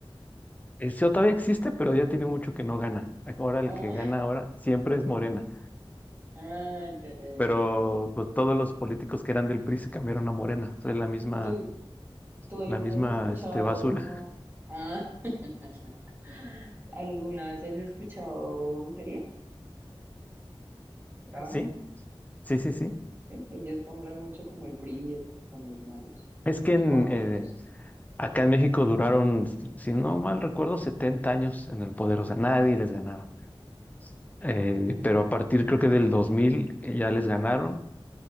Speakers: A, on the left; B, on the right.
A: El CEO todavía existe, pero ya tiene mucho que no gana. Ahora el
B: Ah,
A: que gana ahora siempre es Morena.
B: ah, ya, ya,
A: Pero
B: ya, ya.
A: pues todos los políticos que eran del PRI se cambiaron a Morena. O sea, es la misma,
B: ¿Tú, tú alguna
A: la misma
B: vez has escuchado,
A: este, basura.
B: ah, <laughs> alguna vez has escuchado brujería, la banda?
A: Sí, sí, sí, sí.
B: Sí, que ellos nombran mucho como el PRI y eso, son los malos,
A: Es
B: son
A: que
B: los
A: en,
B: corruptos.
A: eh, acá en México duraron, si si no mal recuerdo, 70 años en el poder. O sea, nadie les ganaba. Eh,
B: Mm,
A: pero a partir creo que del 2000 eh, ya les ganaron